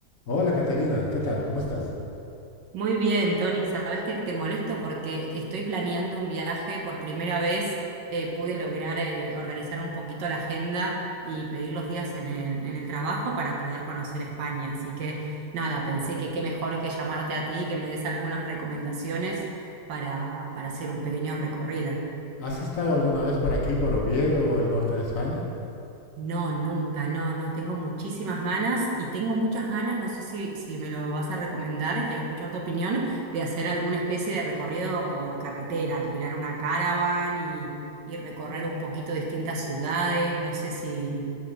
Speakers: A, on the left; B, on the right.
A: Hola Caterina, ¿qué tal? ¿Cómo estás?
B: Muy bien, Tony, sabes que te molesto porque estoy planeando un viaje. Por primera vez eh, pude lograr eh, organizar un poquito la agenda y pedir los días en el, en el trabajo para poder conocer España. Así que nada, pensé que qué mejor que llamarte a ti y que me des algunas recomendaciones para, para hacer un pequeño recorrido.
A: ¿Has estado alguna vez por aquí, por Oviedo, el norte de España?
B: No, nunca, no, no, tengo muchísimas ganas y tengo muchas ganas, no sé si, si me lo vas a recomendar, quiero escuchar tu opinión, de hacer alguna especie de recorrido por carretera, alquilar una caravan y, y recorrer un poquito distintas ciudades, no sé si,